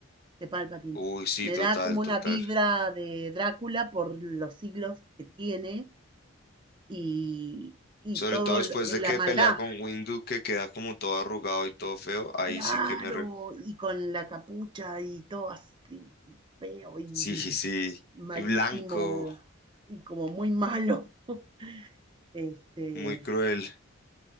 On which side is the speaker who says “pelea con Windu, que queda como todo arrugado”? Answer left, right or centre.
Left